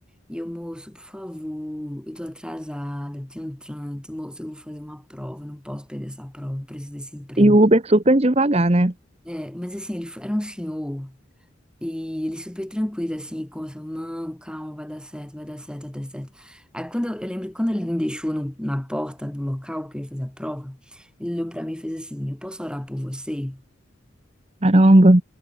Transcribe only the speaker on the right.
E o Uber super devagar, né?
Caramba.